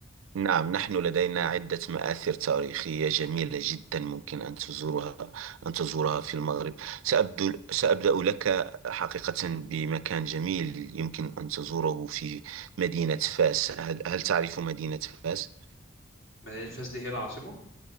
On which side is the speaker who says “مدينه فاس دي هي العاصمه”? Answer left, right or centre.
Left